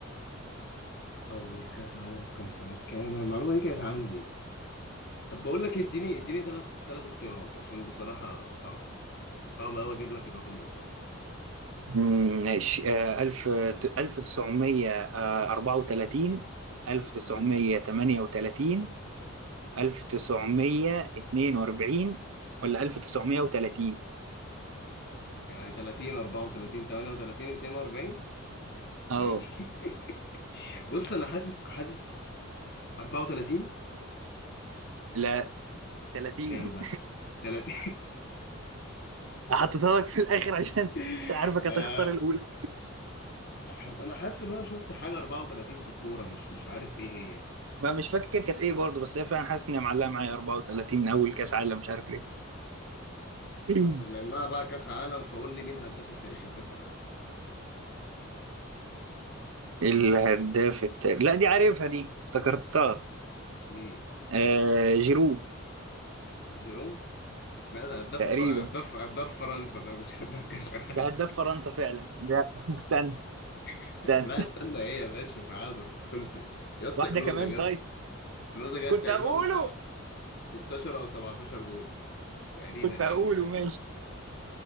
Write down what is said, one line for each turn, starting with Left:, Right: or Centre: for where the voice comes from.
Left: اول كاس عالم كان سنة كام أنا المعلومة دي كانت عندي طب بقول لك إيه، اديني اديني ثلاث ثلاث اختيارات عشان بصراحة صعبة صعبة قوي اجيب لك الرقم بالظبط
Right: مم، ماشي آه، ألف ألف تسعمية آه، أربعة وتلاتين ألف تسعمية
Left: أمم.
Right: تمانية وتلاتين ألف تسعمية اتنين وأربعين ولا ألف تسعمية وتلاتين
Left: يعني 30 34 38 42
Right: اه
Left: ده إيه اللي- <laughs> بص انا حاسس حاسس 34
Right: لا تلاتين
Left: كام بقى تلاتة
Right: <laughs> حطيتها لك في الآخر عشان
Left: <laughs>
Right: مش عارفك
Left: آه
Right: هتختار الأولى
Left: ح- انا حاسس ان انا شفت حاجه 34 في الكوره مش مش عارف ايه هي يعني
Right: ما مش فاكر كانت ايه برضه بس هي فعلا حاسس ان هي معلقه معايا 34 اول كاس عالم مش عارف ليه <clears throat> مم.
Left: طب بما انها بقى كاس عالم فقول لي مين هداف التاريخ الكاس العالم
Right: الهداف التاريخ لا دي عارفها دي افتكرتها
Left: مين
Right: آه جيرو
Left: جيرو لا ده هداف
Right: تقريبا
Left: هداف هداف فرنسا ده مش هداف كاس العالم
Right: ده هداف فرنسا فعلا لا <laughs> استنى
Left: <laughs>
Right: استنى
Left: لا استنى ايه يا باشا تعادل خلصت يا اسطى
Right: واحدة
Left: كلوزا
Right: كمان
Left: جاب
Right: طيب
Left: كلوزا جاب
Right: كنت
Left: تقريبا
Right: هقوله
Left: بتاع 16 او 17 جول تقريبا
Right: كنت
Left: يعني
Right: هقوله
Left: في الحدود
Right: ماشي
Left: دي